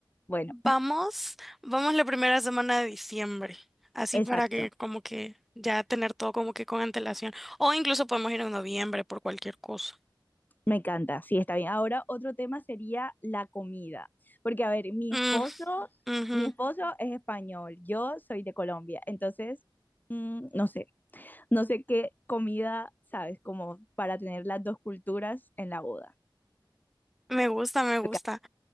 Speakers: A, on the left; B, in the centre.
A: Bueno,
B: Vamos, vamos la primera semana de diciembre, así
A: Exacto,
B: para que como que ya tener todo como que con antelación. O incluso podemos ir en noviembre por cualquier cosa.
A: me encanta, sí, está bien. Ahora otro tema sería la comida, porque a ver, mi
B: Mm,
A: esposo,
B: ujú.
A: mi esposo es español, yo soy de Colombia, entonces, mm, no sé, no sé qué comida, sabes, como para tener las dos culturas en la boda.
B: Me gusta, me gusta.
A: Porque